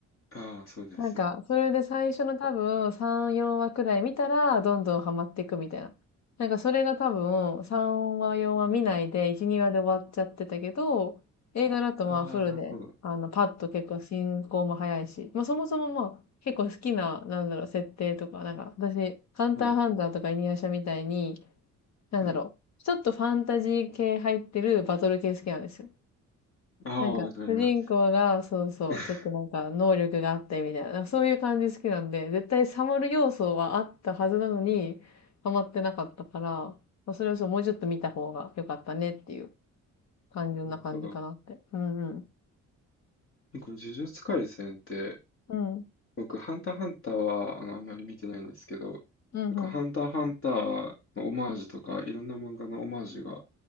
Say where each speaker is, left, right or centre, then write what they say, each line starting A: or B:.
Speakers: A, on the left (about 45°); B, on the left (about 60°).
A: ああー、そうですね。
B: なんか、それで最初の多分3、4話くらい見たら、どんどんハマっていくみたいな。なんかそれが多分3話、4話見ないで、1、2話で終わっちゃってたけど、映画だとまあフルで、
A: ああ、なるほど。
B: あの、パッと結構進行も早いし、まあそもそもまあ結構好きな、なんだろう、設定とか、なんか私、ハンターハンターとかイニアシャみたいに、
A: はい。
B: なんだろう、
A: はい。
B: ちょっとファンタジー系入ってるバトル系好きなんですよ。
A: ああ、
B: なんか、
A: わかります。
B: 主人公が、そうそう、
A: <laughs>
B: ちょっとなんか、能力があってみたいな、なんかそういう感じ好きなんで、絶対サムる要素はあったはずなのに、ハマってなかったから、まあそれをそうもうちょっと見た方が良かったねっていう単純な感じかなって。
A: なるほど。
B: うんうん。
A: なんか、呪術廻戦って、
B: うん。
A: 僕、ハンターハンターは、あの、あんまり見てないんですけど、な
B: うんうん。
A: んか、ハンターハンターのオマージュとか、いろんな漫画のオマージュが